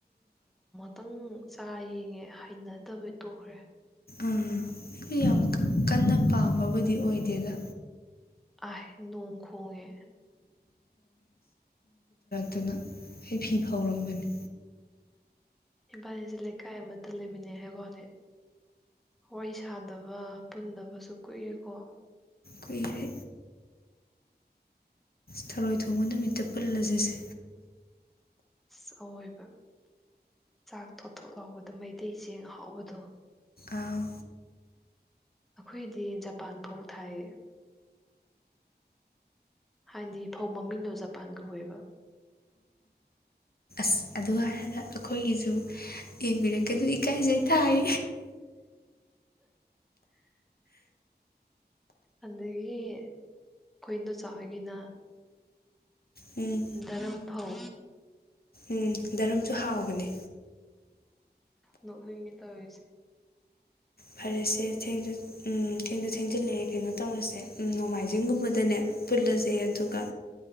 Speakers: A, in the centre; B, on the left.
A: ꯈꯤꯇꯪ ꯆꯥ ꯌꯦꯡꯉꯦ ꯍꯩꯅꯗꯕꯩ ꯇꯣꯛꯈ꯭ꯔꯦ
B: ꯑꯥ ꯌꯥꯝ ꯀꯟꯅ ꯄꯥꯝꯕꯕꯨꯗꯤ ꯑꯣꯏꯗꯦꯗ
A: ꯑꯍ ꯅꯣꯡ ꯈꯣꯡꯉꯦ
B: ꯇꯅ ꯑꯩ ꯐꯤ ꯐꯥꯎꯔꯝꯕꯅꯤ
A: ꯏꯝꯐꯥꯅꯤꯁꯦ ꯂꯩꯀꯥꯏ ꯑꯃꯇ ꯂꯩꯃꯤꯟꯅꯩ ꯍꯥꯏꯕꯅꯦ ꯋꯥꯔꯤ ꯁꯥꯗꯕ ꯄꯨꯟꯗꯕꯁꯨ ꯀꯨꯏꯔꯦꯀꯣ
B: ꯀꯨꯏꯔꯦ ꯊꯔꯣꯏ ꯊꯣꯡꯕ ꯅꯨꯃꯤꯠꯇ ꯄꯨꯜꯂꯁ ꯁꯦ
A: ꯁ ꯑꯑꯣꯏꯕ ꯆꯥꯛ ꯊꯣꯠ ꯊꯣꯠ ꯍꯥꯎꯕꯗ ꯃꯩꯇꯩ ꯆꯦꯡ ꯑꯍꯥꯎꯕꯗꯣ
B: ꯑꯥꯎ
A: ꯑꯩꯈꯣꯏꯗꯤ ꯖꯄꯥꯟ ꯐꯧ ꯊꯥꯏꯌꯦ ꯍꯥꯏꯅꯗꯤ ꯐꯧ ꯃꯃꯤꯡꯗꯣ ꯖꯄꯥꯟ ꯀꯧꯋꯦꯕ
B: ꯑ ꯑꯗꯨ ꯍꯥꯏꯔꯒ ꯑꯩꯈꯣꯏꯒꯤꯁꯨ ꯏꯛꯕꯤꯔꯛꯀ ꯑꯗꯨ ꯏꯀꯥꯏꯖꯩ ꯇꯥꯏ
A: ꯑꯗꯒꯤ ꯈꯣꯢ ꯏꯟꯗꯣꯆꯥꯍꯣꯢꯒꯤꯅ
B: ꯎꯝ
A: ꯗꯔꯝꯐꯧ
B: ꯎꯝ ꯗꯔꯝꯁꯨ ꯍꯥꯎꯕꯅꯦ
A: ꯅꯣꯡꯅꯤꯏ ꯇꯧꯔꯤꯁꯤ
B: ꯐꯔꯦꯁꯦ ꯊꯦꯡꯁꯨ ꯎꯝ ꯊꯦꯡꯗ ꯊꯦꯡꯖꯤꯜꯂꯛꯑꯦ ꯀꯩꯅꯣ ꯇꯧꯔꯁꯦ ꯎ ꯅꯣꯡꯃꯥꯏꯖꯤꯡꯒꯨꯝꯕꯗꯅꯦ ꯄꯨꯜꯂꯁꯦ
A: ꯎꯝ
B: ꯑꯗꯨꯒ